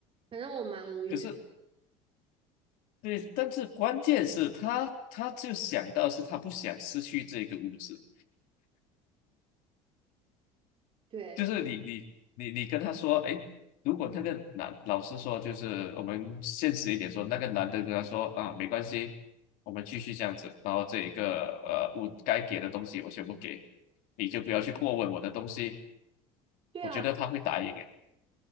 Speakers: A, on the right; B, on the left.
A: 反正我蛮无语的。
B: 可是对，但是关键是他，他就想到是他不想失去这个物质，
A: 对
B: 就是你你你你跟他说，哎，如果那个男老师说，就是我们现实一点说，那个男的跟他说啊，没关系，我们继续这样子，然后这一个呃，我该给的东西我全部给，你就不要去过问我的东西，
A: 对啊，
B: 我觉得他会答应，哎，